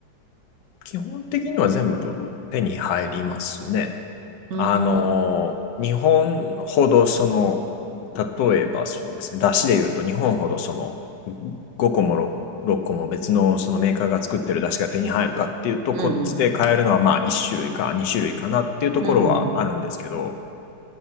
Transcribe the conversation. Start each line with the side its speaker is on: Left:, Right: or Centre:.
Left: 基本的には全部手に入りますね。
Right: ーんうん
Left: あのー、日本ほどその、例えばそうですね、出汁で言うと日本ほどその5個も 6, 6個も別のそのメーカーが作ってる出汁が手に入るかっていうと、
Right: うん
Left: こっちで買えるのはまあ1種類か2種類かなっていうところはあるんですけど、
Right: うん。